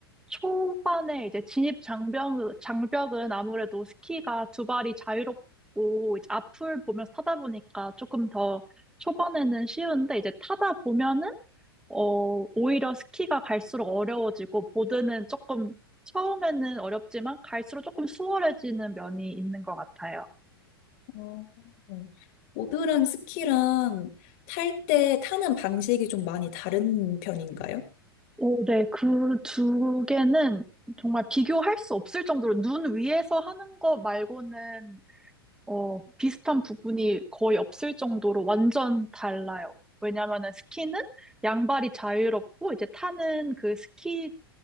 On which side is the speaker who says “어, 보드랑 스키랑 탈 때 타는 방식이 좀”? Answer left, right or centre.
Left